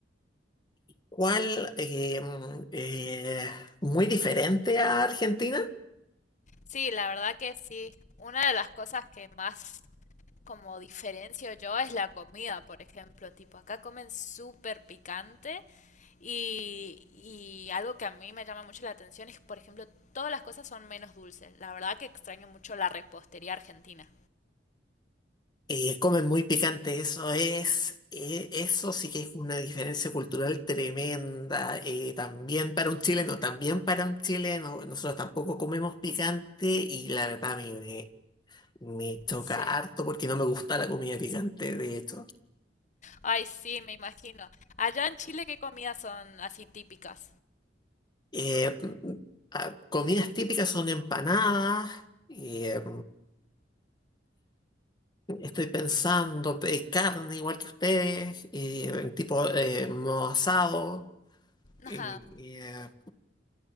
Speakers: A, on the left; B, on the left.
A: ¿Cuál? eh, mm, eh, muy diferente a Argentina.
B: Sí, la verdad que sí. Una de las cosas que más como diferencio yo es la comida, por ejemplo. Tipo, acá comen súper picante y, y algo que a mí me llama mucho la atención es, por ejemplo, todas las cosas son menos dulces. La verdad que extraño mucho la repostería argentina.
A: Eh, comen muy picante, eso es, eh, eso sí que es una diferencia cultural tremenda. eh, también para un chileno, también para un chileno, nosotros tampoco comemos picante y la verdad a mí me, me choca
B: Sí.
A: harto porque no me gusta la comida picante, de hecho.
B: Ay, sí, me imagino. Allá en Chile, ¿qué comidas son así típicas?
A: Eh, ah, comidas típicas son empanadas. eh, estoy pensando, eh, carne igual que ustedes, eh, en tipo eh, modo asado. eh,
B: Ajá.